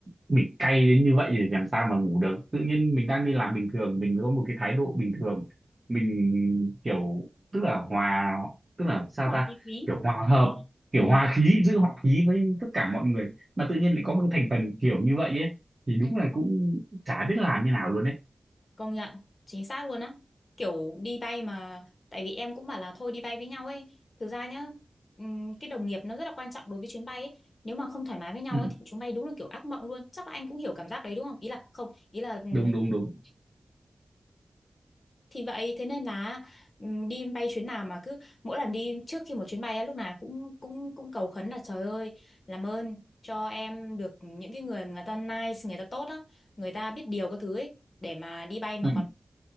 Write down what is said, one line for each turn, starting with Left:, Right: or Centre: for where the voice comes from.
Right: mình cay đến như vậy thì làm sao mà ngủ được tự nhiên mình đang đi làm bình thường mình có một cái thái độ bình thường mình kiểu tức là hòa tức là sao
Left: ngoài
Right: ta
Left: chi phí
Right: kiểu hòa hợp kiểu
Left: ừ,
Right: hòa khí giữ hòa khí với tất cả mọi người mà tự nhiên lại có một cái thành phần kiểu như vậy ấy thì đúng
Left: ừ,
Right: là cũng chả biết làm như nào luôn đấy
Left: công nhận chính xác luôn á kiểu đi bay mà tại vì em cũng bảo là thôi đi bay với nhau ấy thực ra nhá ừm, cái đồng nghiệp nó rất là quan trọng đối với chuyến bay ấy. nếu mà không thoải mái với nhau
Right: ừ,
Left: ấy thì chuyến bay đúng là kiểu ác mộng luôn chắc là anh cũng hiểu cảm giác đấy đúng không ý là không ý là ừm,
Right: đúng đúng đúng
Left: Thì vậy thế nên là ừm, đi bay chuyến nào mà cứ mỗi lần đi trước khi một chuyến bay á lúc nào cũng cũng cũng cầu khấn là trời ơi làm ơn cho em được những cái người mà người ta nice người ta tốt á người ta biết điều các thứ ấy để mà đi bay mà
Right: ừ.
Left: còn